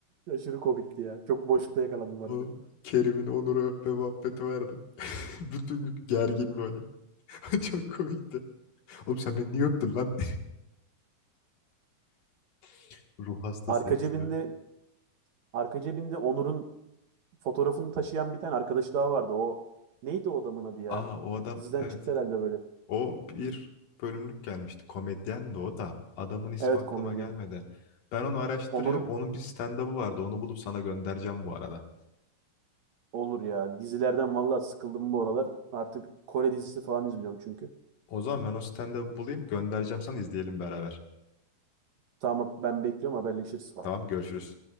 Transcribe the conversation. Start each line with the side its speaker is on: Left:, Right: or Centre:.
Right: Aşırı komikti ya. Çok boşlukta
Left: O,
Right: yakalandım harbiden.
Left: o Kerim'in Onur'u öpme muhabbeti vardı. <laughs> Bütün gün gergin böyle. <laughs> Çok komikti. Oğlum sen beni niye öptün lan? <laughs> Ruh hastası
Right: Arka
Left: hepsi
Right: cebinde
Left: ya.
Right: arka cebinde Onur'un fotoğrafını taşıyan bir tane arkadaşı daha vardı. O neydi o adamın adı ya?
Left: Aa o adam
Right: Diziden
Left: evet
Right: çıktı herhalde böyle.
Left: O bir bölümlük gelmişti. Komedyen de o da. Adamın ismi
Right: Evet
Left: aklıma
Right: komedyen.
Left: gelmedi. Ben onu araştıracağım.
Right: Onur
Left: Onun bir stand-up'ı vardı. Onu bulup sana göndereceğim bu arada.
Right: olur ya. Dizilerden vallahi sıkıldım bu aralar. Artık Kore dizisi falan izliyorum çünkü.
Left: O zaman ben o stand-up'ı bulayım, göndereceğim sana izleyelim beraber.
Right: Tamam ben bekliyorum haberleşiriz.
Left: Tamam, görüşürüz.